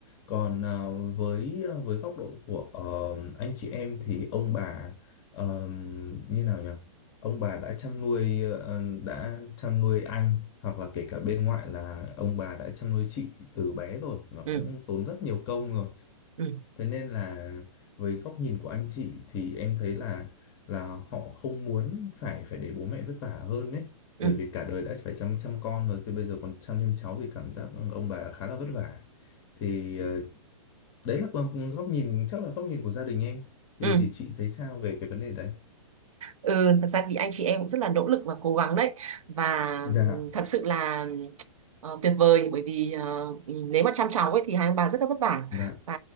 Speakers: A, on the left (about 40°); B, on the right (about 80°).
A: Còn ờ, với ờ, với góc độ của ờ, anh chị em thì ông bà ờ, như nào nhỉ? Ông bà đã chăm nuôi ờ, đã chăm nuôi anh hoặc là kể cả bên ngoại là ông bà đã chăm nuôi chị từ bé rồi và
B: ừ
A: cũng tốn rất nhiều công rồi.
B: ừ
A: Thế nên là với góc nhìn của anh chị thì em thấy là là họ không muốn phải phải để bố mẹ vất vả hơn đấy.
B: ừ
A: Bởi vì cả đời đã phải chăm chăm con rồi thì bây giờ còn chăm thêm cháu thì cảm giác ông bà khá là vất vả thì ờ, đấy là còn góc nhìn chắc là góc nhìn của gia đình em thì
B: ừ
A: thì chị thấy sao về cái vấn đề đấy
B: ừ thật ra thì anh chị em cũng rất là nỗ lực và cố gắng đấy và
A: dạ
B: ừ, thật sự là Ờ, tuyệt vời bởi vì ờ, nếu mà chăm cháu ấy thì hai ông bà rất là vất vả
A: dạ
B: và